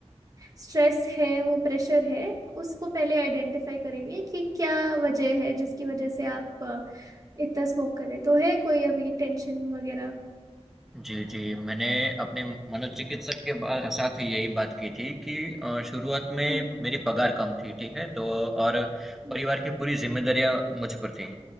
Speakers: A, on the right (about 30°); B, in the centre.
A: स्ट्रेस है वो प्रेशर है उसको पहले आइडेंटिफाई करेंगे कि क्या वजह है जिसकी वजह से आप अ, इतना स्मोक करें तो है कोई अभी टेंशन वगैरह
B: जी, जी। मैंने अपने मनोचिकित्सक के बा साथ यही बात की थी कि अ, शुरुआत में
A: हम्म
B: मेरी पगार कम थी, ठीक है? तो और
A: जी
B: परिवार की पूरी ज़िम्मेदारियाँ मुझ पर थी।